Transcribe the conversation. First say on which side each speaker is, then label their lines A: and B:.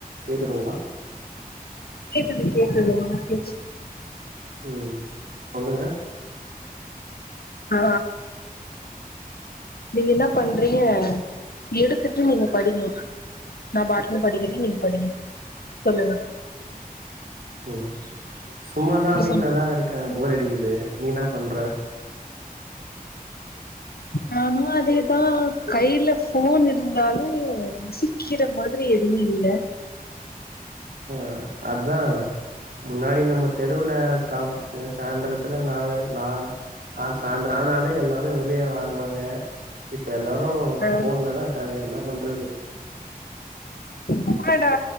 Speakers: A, on the right (about 80°); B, on the left (about 80°).
A: கேக்குதுங்ளா
B: கேக்குது கேக்குது உனக் கேக்கு
A: ம் சொல்லுங்க
B: ஆ நீங்க என்னா பண்றீங்க எடுத்துட்டு நீங்க படிங்க நா பாட்னு படிக்கறே நீங்க படிங்க சொல்லுங்க,
A: ம் சும்மாதா
B: நீங்க
A: வீட்லதா
B: சொல்லுங்க
A: இருக்கே போர் அடிக்குது நீ என்ன பண்ற?
B: நானு அதேதா கைல ஃபோன் இருந்தாலு ரசிக்கிற மாதிரி எதுமே இல்ல.
A: அ அதா முன்னாடி நம்ம தெருவுல கவ் க சாயந்திரத்துல நாலு நா ஆ சாந்தரோ ஆனாலே எல்லோரு வெளிய வாருவாங்க இப்ப எல்லாரு
B: ஆ
A: ஃபோன்ல தா இருக்காங்க என்ன பண்றது
B: ஆமாடா